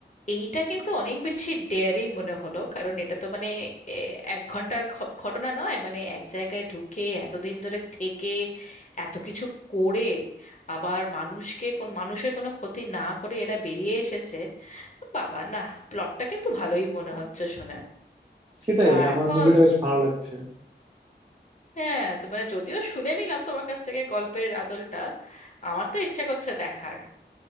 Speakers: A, on the left (about 40°); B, on the right (about 30°).
A: এইটা কিন্তু অনেক বেশি ডেয়ারিং মনে হলো কারণ এটা তো মানে এ, এক ঘন্টার ঘ- ঘটনা নয় মানে এক জায়গায় ঢুকে এতদিন ধরে থেকে এত কিছু করে আবার মানুষকে কোন মানুষের কোনো ক্ষতি না করে এরা বেরিয়ে এসেছে বাবা না প্লটটা কিন্তু ভালোই মনে হচ্ছে শুনে
B: সেটাই
A: তা
B: আমার
A: এখন
B: মুভিটা বেশ ভালো লাগছে
A: হ্যাঁ তো মানে যদিও শুনে নিলাম তোমার কাছ থেকে গল্পের আদলটা আমার তো ইচ্ছা করছে দেখার